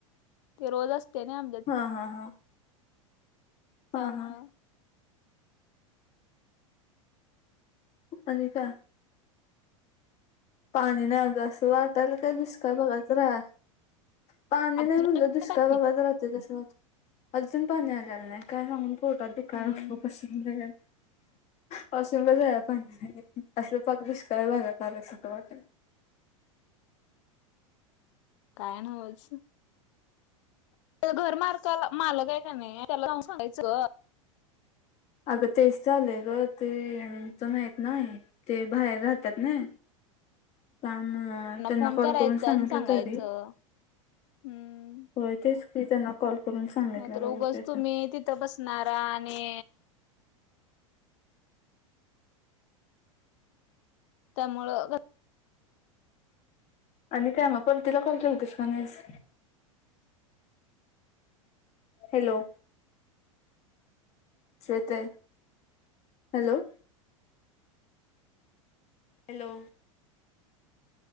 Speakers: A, on the left (about 60°); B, on the left (about 40°).
A: रोज असते नई आम
B: हा, हा, हा.
A: त्यामुळं.
B: हा हा आणि काय. पाणी नाही अगं, असं वाटायला काय दुष्काळ भागातच का रा पाणी
A: अजून
B: नाही म्हणलं, दुष्काळ
A: पाणी
B: भागात राहते कसे आता. अजून पाणी आलेला नाही, काय सांगून पोटात दुकालय
A: हम्म
B: म्हणून बसलोय. वॉशरूमला जायला पाणी नाही, अस पाक दुष्काळ भाघात आल्या सारखं वाटायला लागले.
A: काय नव्हच. घर मालकाला मालक हाय काय का नाही त्याला जाऊन सांगायचं गं.
B: अगं तेच चालेय ग ते तर नाहीत नाही ते बाहेर राहतात ना पम त्यांना
A: फोन
B: कॉल
A: करायचा
B: करून सांगितलं
A: आणि सांगायचं
B: तरी.
A: हम्म
B: होय तेच की त्यांना कॉल करून सांगितलं
A: नाहीतर उगच
B: बघूया आता.
A: तुम्ही तिथं बसणारा आणि त्यामुळं,
B: आणि काय म परतीला कॉल केला होतेस का नाहीस हॅलो! श्वेते हॅलो! Hello